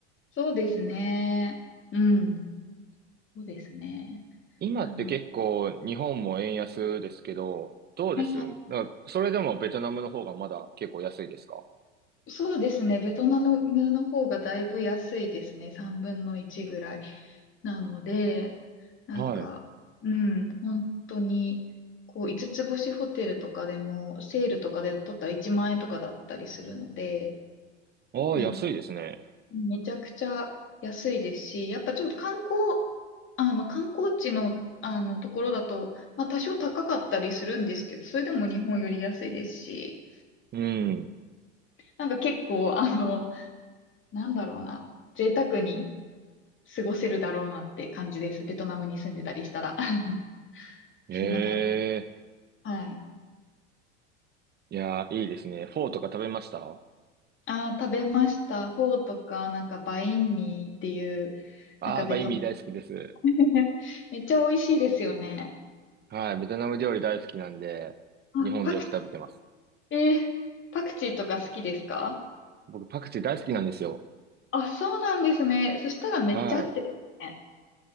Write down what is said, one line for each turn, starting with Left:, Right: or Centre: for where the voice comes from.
Left: そうですね。うん。そうですね。
Right: 今って結構日本も円安ですけど、
Left: あの、
Right: どうですなんかそれでもベトナムの方がまだ結構安いですか
Left: はいはい。そうですね。ベトナムの方がだいぶ安いですね。3分の1ぐらい。なので、なんか、
Right: はい。
Left: うん、本当に、こう、5つつ星ホテルとかでも、セールとかで取ったら1万円とかだったりするので、
Right: ああ、
Left: なん
Right: 安いですね。
Left: めちゃくちゃ安いですし、やっぱちょっと観光、あの、観光地の、あの、ところだと、まあ、多少高かったりするんですけど、それでも日本より安いですし、
Right: うん。
Left: なんか結構、あの、なんだろうな、贅沢に過ごせるだろうなって感じです。ベトナムに住んでたりしたら。<laughs>
Right: ええ
Left: そんな感じ。はい。
Right: いやー、いいですね。フォーとか食べました
Left: ああ、食べました。フォーとか、なんかバインミーっていう、
Right: あー、
Left: なんかベトナム
Right: バインミー大好きです。
Left: <laughs> めっちゃ美味しいですよね。
Right: はい、ベトナム料理大好きなんで、
Left: あ、
Right: 日本でよく食べてます。
Left: パクえー、パクチーとか好きですか
Right: 僕、パクチー大好きなんですよ。
Left: あ、そうなんですね。そしたらめっちゃ合ってるね。
Right: はい、